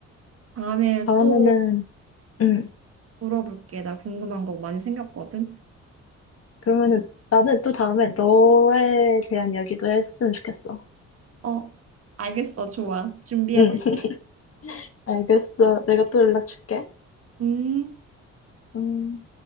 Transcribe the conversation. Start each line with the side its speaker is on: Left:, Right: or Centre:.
Right: 다음에
Left: 다음에는,
Right: 또
Left: 응.
Right: 물어볼게. 나 궁금한 거 많이 생겼거든.
Left: 그러면은 나는 또 다음에 너에 대한 이야기도 했으면 좋겠어.
Right: 어, 알겠어. 좋아. 준비해
Left: 응.
Right: 볼게.
Left: <laughs> 알겠어. 내가 또 연락 줄게.
Right: 음.
Left: 음.